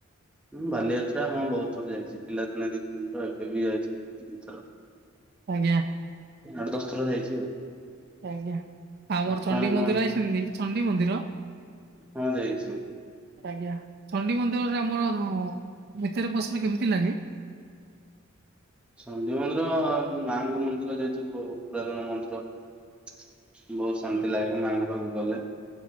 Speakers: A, in the centre; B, on the right.
A: ହଁ ବାଲିଯାତ୍ରା ହଁ ବହୁତ ଥର ଯାଇଛି ପିଲାଦିନେ ଦି ତିି ଥର ଏବେ ବି ଯାଇଥିଲି ଗୋଟେ ଦି ଥର।
B: ଆଜ୍ଞା।
A: ଆଠ ଦଶଥର ଯାଇଛି ଆଉ।
B: ଆଜ୍ଞା ଆମର
A: ଆଉ
B: ଚଣ୍ଡି
A: କଣ
B: ମନ୍ଦିର
A: କଣ
B: ଯାଇଛନ୍ତି ଚଣ୍ଡି ମନ୍ଦିର?
A: ହଁ ଯାଇଛି।
B: ଆଜ୍ଞା ଚଣ୍ଡି ମନ୍ଦିରରେ ଆମର ଭିତରେ ପଶିଲେ କେମିତି ଲାଗେ?
A: ଚଣ୍ଡି ମନ୍ଦିର ମାଙ୍କ ମନ୍ଦିର ଯାଇଥିବୁ <unintelligible> ମନ୍ଦିର ବହୁତ ଶାନ୍ତି ଲାଗେ ମାଙ୍କ ପାଖକୁ ଗଲେ।